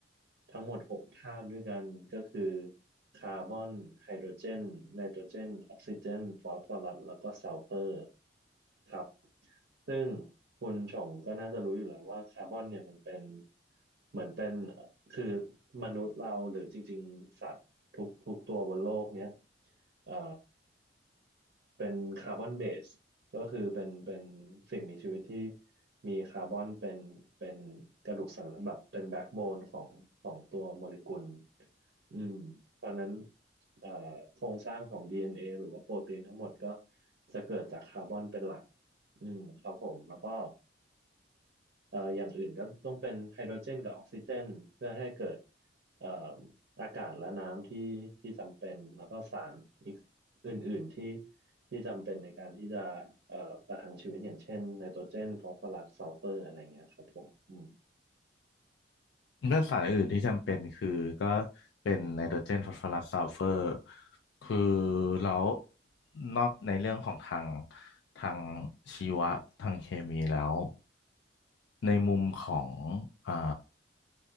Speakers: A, on the right (about 60°); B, on the left (about 70°).
A: ทั้งหมดหกธาตุด้วยกันก็คือคาร์บอนไฮโดรเจนไนโตรเจนออกซิเจนฟอสฟอรัสแล้วก็ซัลเฟอร์ครับซึ่งคุณชงก็น่าจะรู้อยู่แล้วว่าคาร์บอนเนี่ยมันเป็นเหมือนเป็นคือมนุษย์เราหรือจริงๆสัตว์ ทุกทุกตัวบนโลกเนี้ยเอ่อเป็นคาร์บอนเบสก็คือเป็นเป็นสิ่งมีชีวิตที่มีคาร์บอนเป็นเป็นกระดูกสันหลังแบบเป็นแบ็กโบนของของตัวโมเลกุลอืมเพราะฉะนั้นเอ่อโครงสร้างของ DNA หรือว่าโปรตีนทั้งหมดก็จะเกิดจากคาร์บอนเป็นหลักอืมครับผมแล้วก็ เอ่ออย่างอื่นก็ต้องเป็นไฮโดรเจนกับออกซิเจนเพื่อให้เกิดเอ่ออากาศและน้ำที่ที่จำเป็นแล้วก็สารอีกอื่นๆที่ที่จำเป็นในการที่จะเอ่อประทังชีวิตอย่างเช่นไนโตรเจนฟอสฟอรัสซัลเฟอร์อะไรเงี้ยครับผมอืม
B: ก็สารอื่นที่จำเป็นคือก็เป็นไนโตรเจนฟอสฟอรัสซัลเฟอร์คือแล้วนอกในเรื่องของทางทางชีวะทางเคมีแล้วในมุมของอ่า